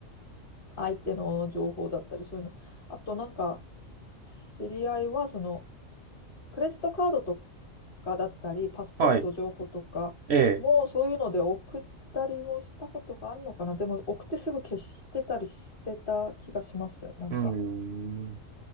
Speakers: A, on the left (about 45°); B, on the right (about 65°).
A: 相手の情報だったりそういうの。あとなんか、知り合いはそのクレジットカードとかだったり、パスポート情報とか、
B: はい。ええ。
A: もうそういうので送ったりもしたことがあるのかな。でも送ってすぐ消してたりしてた気がします。なんか。
B: うーん。